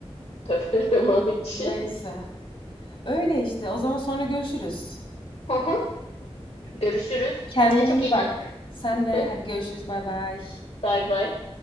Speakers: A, on the left (about 75°); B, on the left (about 55°).
A: Tövbe <laughs> aman içi.
B: Neyse. Öyle işte. O zaman sonra görüşürüz.
A: <laughs> Görüşürüz.
B: Kendine
A: Kendine çok
B: iyi
A: iyi
B: bak.
A: bak.
B: Sen de
A: <laughs>
B: hadi görüşürüz. Bay bay.
A: Bay bay.